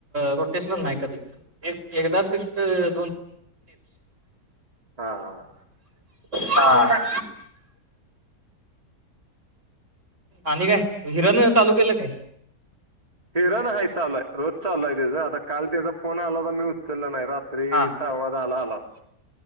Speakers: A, on the right (about 50°); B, on the right (about 25°).
A: रोटेशनल नाही कधी एक एकदा फि्स दोन.
B: हा
A: हा. आणि काय हिरण चालू केलं काय?
B: हिराण आहे चालू आहे रोज चालू आहे त्याचां आता काल त्याचा फोन आला होता मी उचललं नाही रात. त्री
A: हा
B: सहा्वाद झाला आला.